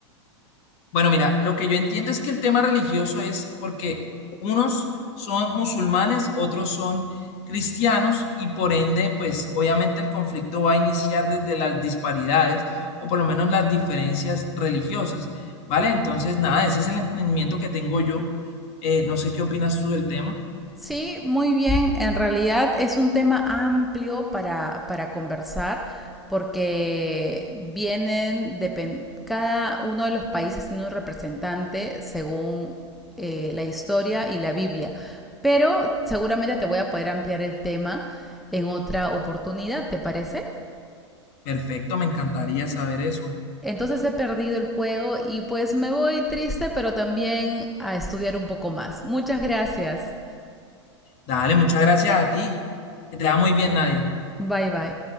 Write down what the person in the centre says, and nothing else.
Sí, muy bien. En realidad es un tema amplio para, para conversar porque vienen, depen- cada uno de los países tiene un representante según eh, la historia y la Biblia. Pero seguramente te voy a poder ampliar el tema en otra oportunidad, ¿te parece?
Entonces he perdido el juego y pues me voy triste, pero también a estudiar un poco más. Muchas gracias.
Bye bye.